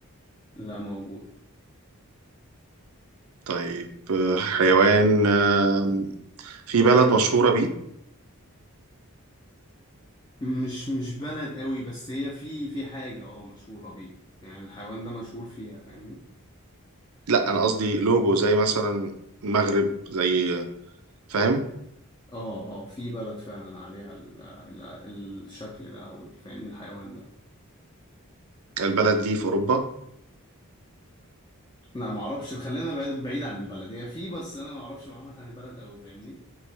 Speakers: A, on the left (about 20°); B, on the right (about 80°).
A: لا موجود
B: طيب آه، حيوان آه، في بلد مشهورة بيه
A: مش مش بلد قوي بس هي في في حاجة اه مشهورة بيه يعني الحيوان ده مشهور فيها فاهمني
B: لا أنا قصدي لوجو زي مثلا المغرب زي فاهم
A: اه اه في بلد فعلا عليها ال ال الشكل ده او فاهمني الحيوان ده
B: البلد دي في أوروبا
A: لا ما اعرفش خلينا بعيد بعيد عن البلد هي في بس انا ما اعرفش معلومات عن البلد قوي فاهمني